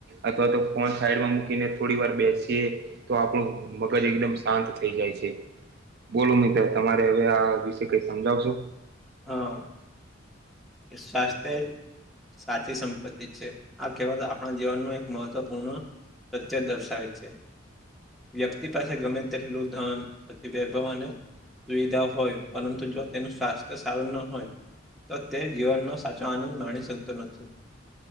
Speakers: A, on the right; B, in the centre.
A: અથવા તો ફોન સાઈડમા મૂકીને થોડી વાર બેસીએ તો આપણું મગજ એકદમ સાંત થઇ જાય છે. બોલો મિતે તમારે હવે આ વિશે કઈ સમજાવસુ?
B: હા. કે સ્વાસ્તેય સાચી સંપત્તિ છે. આ કહેવાતો આપણા જીવન નુ એક મહત્વપૂર્ણ પ્રત્ય જ દર્શાવે છે. વ્યક્તિ પાસે ગમે તેટલુ ધન સંત્તિ વૈભવ અને દુવિધા હોય પરંતુ જો તેનુ સ્વાસ્તય સારુ ના હોય તો તે જીવનનો સાચો આનંદ માણી શકતો નથી.